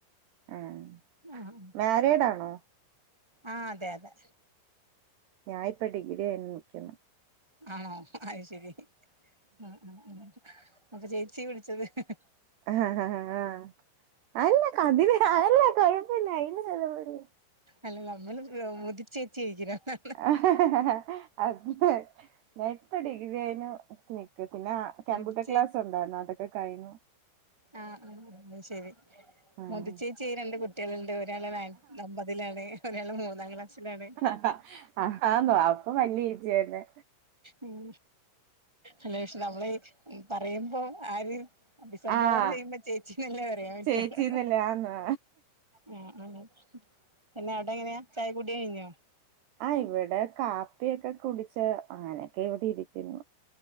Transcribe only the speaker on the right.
ഉം
മാരീഡ് ആണോ?
ഞാനിപ്പ ഡിഗ്രി കയിഞ് നിൽക്കുന്നു
ആഹ് ആഹ് ആഹ് അല്ല കതി അല്ല കുഴപ്പില്ല അയിന് ചിലവള്ള
ആഹ് ആഹ് ഹ് അത് ഹ് ഞാൻ ഇപ്പ ഡിഗ്രി കഴിഞ്ഞ് നിക്ക് പിന്നെ കമ്പ്യൂട്ടർ
ക്ലാസ് ഉണ്ട് ണ്ടാർന്നു അതൊക്കെ കഴഞ്ഞു
ആഹ്
ആഹ് ഹ് ആഹാന്നോ അപ്പൊ വലിയ ചേച്ചിന്നെ
ആഹ്
ചേച്ചിന്നില്ല
ആന്ന്
ആ ഇവിടെ കാപ്പിയൊക്കെ കുടിച്ച് അങ്ങനെയൊക്കെ ഇവിടെ ഇരിക്കുന്നു